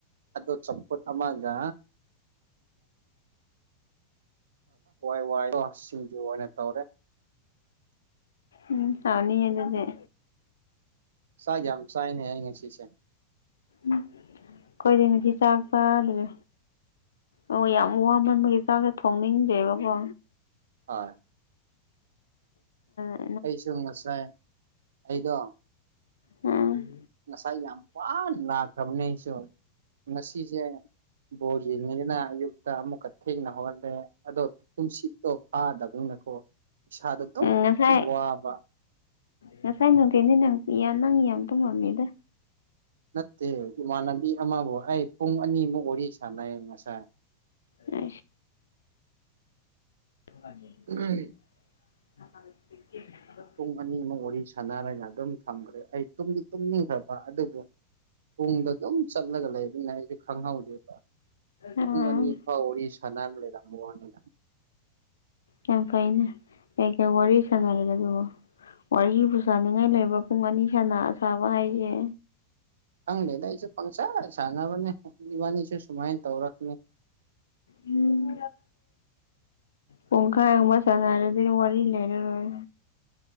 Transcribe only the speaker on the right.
ꯑꯗꯣ ꯆꯝꯐꯨꯠ ꯑꯃꯒ ꯏ ꯋꯥꯏ ꯁꯤꯡꯁꯨ ꯑꯣꯏꯅ ꯇꯧꯔꯦ
ꯁꯥꯏ ꯌꯥꯝ ꯁꯥꯏꯅꯦ ꯑ ꯉ ꯁꯤ ꯁ
ꯍ
ꯑꯩꯁꯨ ꯉꯁꯥꯏ ꯑꯩꯗꯣ
ꯉꯁꯥꯏ ꯌꯥꯝ ꯋꯥ ꯂꯥꯛ ꯈꯝꯅꯦꯁꯨ ꯉꯁꯤꯁꯦ ꯕꯣꯔ ꯌꯦꯅꯤꯅ ꯑꯌꯨꯛ ꯑꯃꯨꯛꯀ ꯊꯦꯡꯅ ꯍꯧꯍꯜꯂꯦ ꯑꯗꯣ ꯨꯝꯁꯤꯠꯇꯣ ꯐꯥꯗꯕꯅꯤꯅꯀꯣ ꯁꯥꯗꯠꯇꯣ
ꯋꯥꯕ
ꯅꯠꯇꯦ ꯏꯃꯥꯟꯅꯕꯤ ꯑꯃꯕꯨ ꯑꯩ ꯄꯨꯡ ꯑꯅꯤꯃꯨꯛ ꯋꯥꯔꯤ ꯁꯥꯟꯅꯩ ꯉꯁꯥꯏ
ꯎꯝ
ꯄꯨꯡ ꯑꯅꯤꯃꯨ ꯋꯥꯔꯤ ꯁꯥꯟꯅꯔꯒ ꯑꯗꯨꯝ ꯊꯝꯈ꯭ꯔꯦ ꯑꯩꯨꯝꯗꯤ ꯇꯨꯝꯅꯤꯡꯈ꯭ꯔꯕ ꯑꯗꯨꯕꯨ ꯄꯨꯡꯗ ꯑꯗꯨꯝ ꯆꯠꯂꯒ ꯂꯩꯕꯅꯤꯅ ꯑꯩꯁꯦ ꯈꯪꯍꯧꯗꯦꯕ
ꯄꯨꯡ ꯑꯅꯤ ꯐꯥꯎ ꯋꯥꯔꯤꯔꯤ ꯁꯥꯟꯅꯔꯝ ꯂꯩꯔꯝꯕ ꯋꯥꯅꯤꯅ
ꯀꯪ ꯂꯦꯗꯥꯏ ꯄꯪ ꯆꯥ ꯆꯅꯥꯕꯅꯤ ꯁꯨꯃꯥꯏ ꯇꯧꯔꯛꯅꯤ